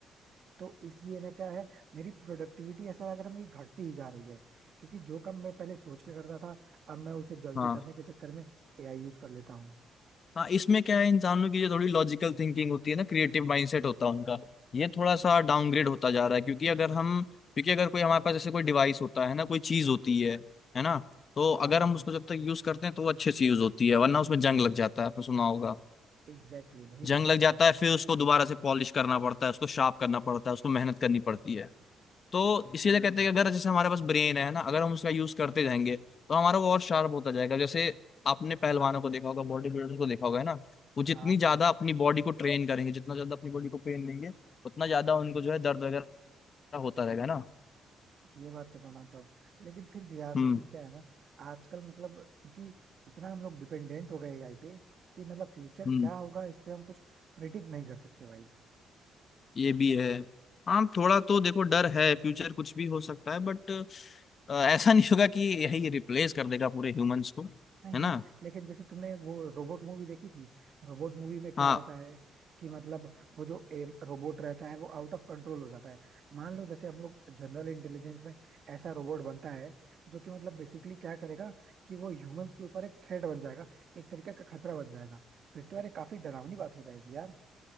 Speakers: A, on the right; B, on the left.
A: तो इसलिए ना क्या है मेरी प्रोडक्टिविटी ऐसा अगर मेरी घटती ही जा रही है क्योंकि जो काम मैं पहले सोच के करता था अब मैं उसे जल्दी
B: हाँ
A: करने के चक्कर में एआई यूज कर लेता हूँ
B: हाँ इसमें क्या है इंसानों की जो थोड़ी लॉजिकल थिंकिंग होती है ना क्रिएटिव माइंडसेट होता है उनका ये थोड़ा सा डाउनग्रेड होता जा रहा है क्योंकि अगर हम क्योंकि अगर कोई हमारे पास जैसे कोई डिवाइस होता है ना कोई चीज होती है है ना तो अगर
A: हाँ
B: हम उसको जब तक यूज करते हैं तो वो अच्छे से यूज होती है वरना उसमें जंग लग जाता है आपने सुना होगा
A: एग्जैक्टली exactly, वही
B: जंग
A: बात
B: लग
A: है
B: जाता
A: ना
B: है फिर उसको दोबारा से पॉलिश करना पड़ता है उसको शार्प करना पड़ता है उसको मेहनत करनी पड़ती है तो इसीलिए
A: यही
B: कहते
A: बात
B: हैं कि अगर
A: है
B: जैसे हमारे पास ब्रेन है ना अगर हम उसका यूज करते जाएंगे तो हमारा वो और शार्प होता जाएगा जैसे आपने पहलवानों को देखा होगा बॉडी बिल्डर्स को देखा होगा है ना वो जितनी
A: हाँ
B: ज्यादा अपनी बॉडी को ट्रेन करेंगे जितना ज्यादा अपनी बॉडी को ट्रेन देंगे उतना ज्यादा उनको जो है दर्द वगैरह होता रहेगा ना
A: ये बात तो मैं मानता हूँ लेकिन फिर भी यार
B: हम्म
A: लेकिन क्या है ना आजकल मतलब क्योंकि इतना हम लोग डिपेंडेंट हो गए एआई पे कि मतलब फ्यूचर
B: हम्म
A: क्या होगा इस पे हम कुछ प्रिडिक्ट नहीं कर सकते भाई
B: ये भी है हाँ थोड़ा तो देखो डर है फ्यूचर कुछ भी हो सकता है बट ऐसा नहीं होगा कि यही रिप्लेस कर देगा पूरे ह्यूमंस को है
A: नहीं
B: ना
A: लेकिन जैसे तुमने वो रोबोट मूवी देखी थी रोबोट मूवी में क्या
B: हाँ
A: होता है कि मतलब वो जो एम रोबोट रहता है वो आउट ऑफ कंट्रोल हो जाता है मान लो जैसे हम लोग जनरल इंटेलिजेंस में ऐसा रोबोट बनता है जो कि मतलब बेसिकली क्या करेगा कि वो ह्यूमंस के ऊपर एक थ्रेट बन जाएगा एक तरीके का खतरा बन जाएगा फिर तो यार ये काफी डरावनी बात हो जाएगी यार